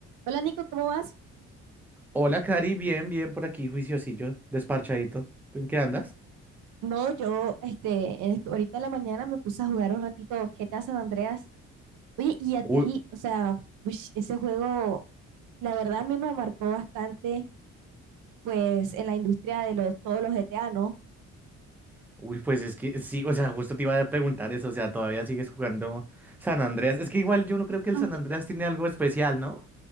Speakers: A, on the right; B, in the centre.
A: Hola Nico, ¿cómo vas?
B: Hola, Cari, bien, bien por aquí, juiciosillo, desparchadito. ¿Tú en qué andas?
A: No, yo este, en esto- ahorita en la mañana me puse a jugar un ratito GTA San Andreas. Oye, y a ti,
B: Uy,
A: o sea, uish, ese juego, la verdad a mí me marcó bastante, pues, en la industria de los, todos los GTA, ¿no?
B: uy, pues es que sí, o sea, justo te iba a preguntar eso, o sea, todavía sigues jugando San Andreas. Es que igual yo no creo que el
A: <laughs>
B: San Andreas tiene algo especial, ¿no?